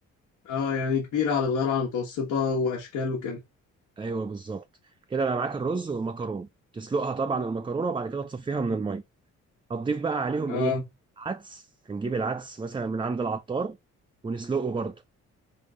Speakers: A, on the left; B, on the right.
A: آه يعني كبيرة على صغيرة على متوسطة وأشكال وكده
B: أيوه بالظبط كده بقى معاك الرز والمكرونة تسلقها طبعا المكرونة وبعد كده تصفيها من المية هتضيف بقى عليهم
A: آه
B: إيه؟ عدس هنجيب العدس مثلا من عند العطار ونسلقه برضه